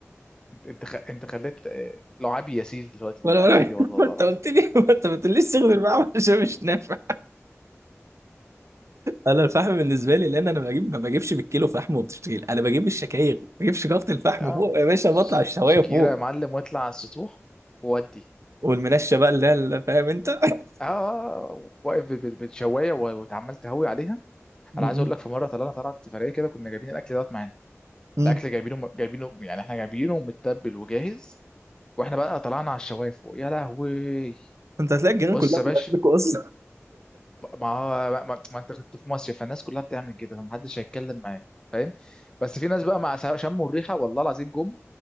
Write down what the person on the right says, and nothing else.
ولا
ولا
<laughs> انت
قلت لي انت ما تقوليش صيغه الفحم <laughs> عشان مش نافع انا الفحم بالنسبه لي لان انا بجيب ما بجيبش بالكيلو فحم وبتشتغل انا بجيب الشكاير ما بجيبش جافه الفحم
فوق يا باشا
بطلع الشوايه
فوق
والمنشه بقى اللي هي اللي- فاهم انت <laughs>
م-
م-
م.
انت هتلاقي الجيران
كلها
بتبقى
اكل كويس